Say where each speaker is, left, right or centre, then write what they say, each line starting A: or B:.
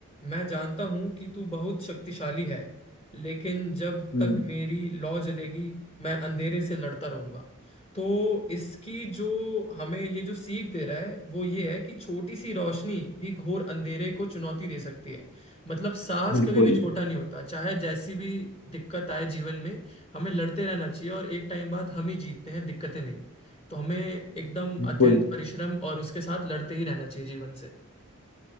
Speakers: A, on the left; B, on the left.
A: मैं जानता हूं कि तू बहुत शक्तिशाली है लेकिन जब
B: हम्म
A: तक मेरी लौ जलेगी मैं अंधेरे से लड़ता रहूंगा तो इसकी जो हमें ये जो सीख दे रहा है वो ये है कि छोटी सी रोशनी भी घोर अंधेरे को चुनौती दे सकती है मतलब साहस
B: बिल्कुल
A: कभी भी छोटा नहीं होता चाहे जैसी भी दिक्कत आए जीवन में हमें लड़ते रहना चाहिए और एक टाइम बाद हम ही जीतते हैं दिक्कतें नहीं तो हमें एकदम
B: बिल्कुल
A: अत्यंत परिश्रम और उसके साथ लड़ते ही रहना चाहिए जीवन से